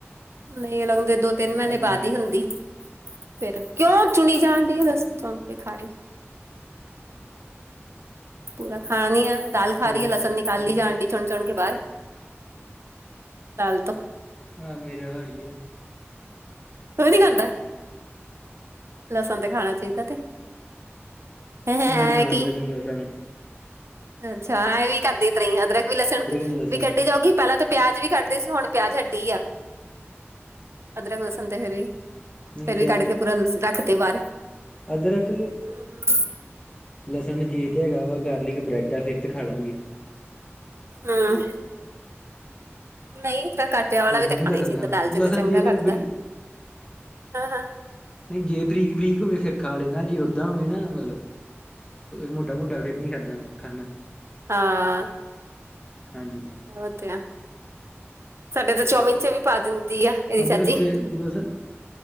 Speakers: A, on the right (about 70°); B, on the left (about 20°).
A: ਨਹੀਂ ਇਦੇ ਦੋ ਤਿੰਨ ਮਹੀਨੇ
B: ਹਾਂਜੀ
A: ਬਾਅਦ ਹੀ ਹੁੰਦੀ, ਫੇਰ ਕਿਉਂ ਚੁਣੀ ਜਾਣ ਡਾਈ, ਉਹ ਦੱਸਮ ਚੌਕ ਕੇ ਖਾਰੀ। ਪੂਰਾ ਖਾਣਾ ਨੀ ਆ ਦਾਲ ਖਾ
B: ਹੋਰ
A: ਰਹੀ ਐ, ਲਸਣ
B: ਸੁਣਾਓ
A: ਨਿਕਾਲ ਜਾਣ ਡੀ ਚੁਣ ਚੁਣ ਕੇ ਬਾਹਰ, ਦਾਲ ਤੋਂ।
B: ਹਾਂ ਮੇਰੇ ਵਾਲਾ ਹਾਲ ਈ ਐ।
A: ਤੂੰ ਵੀ ਨੀ ਖਾਂਦਾ? ਲਸਣ ਤੇ ਖਾਣਾ ਚਾਹੀਦਾ ਤੇ। ਹੈ
B: ਮੈਂ ਨਾ
A: ਕੀ
B: ਅਦਰਕ ਨਾ ਲਸਣ।
A: ਅੱਛਾ ਐ ਵੀ ਕਰਦੀ ਤਰੇ ਅਦਰਕ ਵੀ ਲਸਣ,
B: ਨਾ ਲਸਣ
A: ਵੀ ਕੱਢੀ ਜਾਊਗੀ ਪਹਿਲਾਂ ਤਾਂ ਪਿਆਜ ਵੀ ਕੱਢਦੇ ਸੀ ਹੁਣ ਪਿਆਜ ਹਟੀ ਆ, ਅਦਰਕ ਲਸਣ ਤੇ ਫੇਿਰ ਵੀ
B: ਨਹੀਂ
A: ਫੇਰ ਵੀ ਕੱਢ ਕੇ ਪੂਰਾ ਰੱਖ। ਤੇ ਬਾਹਰ
B: ਅਦਰਰਕ।
A: ਹਮ
B: ਲਸਣ ਜੇ ਤੇ ਹੈਗਾ ਵਾ ਗਾਰਲਿਕ ਬ੍ਰੈਡ ਆ, ਫਿਰ ਤੇ ਖਾ ਲਾਂਗੇ।
A: ਹਾਂ, ਨਹੀਂ ਤਰਾ ਕੱਟ। ਦਿਆ ਵਾਲਾ
B: ਓਦਾਂ
A: ਵੀ ਤਾਂ
B: ਨੀ
A: ਖਾਣਾ
B: ਲਸਣ
A: ਹੀ ਸੀ ਦਾਲ ਚ
B: ਲਸਣ
A: ਤਾਂ ਚੰਗਾ
B: ਜੇ
A: ਲੱਗਦਾ,
B: ਤੇ ਬਰੀ
A: ਹਾਂ ਹਾਂ।
B: ਨਹੀਂ ਜੇ ਬਰੀਕ ਬਰੀਕ ਹੋਵੇ ਫੇਿਰ ਖਾ ਲੈਣਾ ਇਹਨਾ, ਜੇ ਓਦਾਂ ਹੋਵੇ ਨਾ ਮਤਲਬ। ਮੋਟਾ ਮੋਟਾ ਫੇਰ ਨਹੀ ਖਾਧਾ ਖਾਣਾ,
A: ਹਾਂ
B: ਹਾਂਜੀ।
A: ਉਹ ਤੇ ਆ, ਸਾਡੇ ਤਾਂ ਚੋਮੀਨ ਚ ਵੀ ਪਾ ਦਿੰਦੇ। ਆ ਇਹਦੀ
B: ਅਦਰਕ
A: ਚਾਚੀ,
B: ਤੇ ਲਸਣ